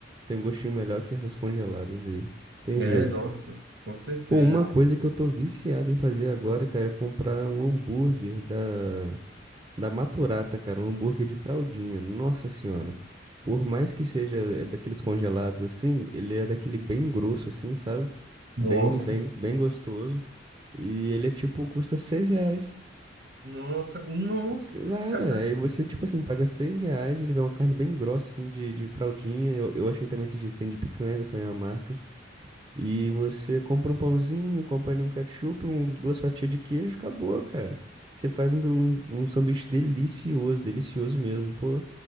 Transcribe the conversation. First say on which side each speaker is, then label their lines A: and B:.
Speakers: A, on the right (about 25°); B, on the right (about 60°).
A: Tem um gostinho melhor que essas congeladas aí. Tem
B: É,
A: jeito.
B: nossa, com certeza.
A: Pô, uma coisa que eu tô viciado em fazer agora, cara, é comprar um hambúrguer da, da Maturata, cara, um hambúrguer de fraldinha. Nossa senhora. Por mais que seja é daqueles congelados assim, ele é daquele bem grosso assim, sabe?
B: Nossa,
A: Bem, bem, bem gostoso. E ele é tipo, custa seis reais.
B: nossa, nossa,
A: Cara,
B: cara.
A: aí você, tipo assim, paga seis reais, ele vem uma carne bem grossa, assim, de, de fraldinha. Eu, eu achei também esses dias tem de picanha dessa mesma marca. E você compra um pãozinho, compra ali um ketchup, um, duas fatias de queijo, acabou, cara. Você faz um, um, um sanduíche delicioso, delicioso mesmo. Pô,